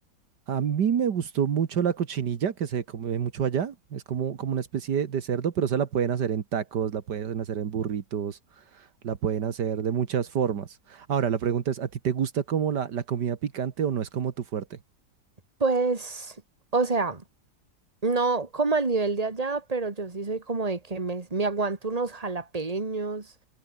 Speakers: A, on the right; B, on the right.
A: A mí me gustó mucho la cochinilla, que se come mucho allá. Es como, como una especie de, de cerdo, pero esa la pueden hacer en tacos, la pueden hacer en burritos, la pueden hacer de muchas formas. Ahora, la pregunta es, ¿a ti te gusta como la, la comida picante o no es como tu fuerte?
B: Pues, o sea. No como al nivel de allá, pero yo sí soy como de que me, me aguanto unos jalapeños.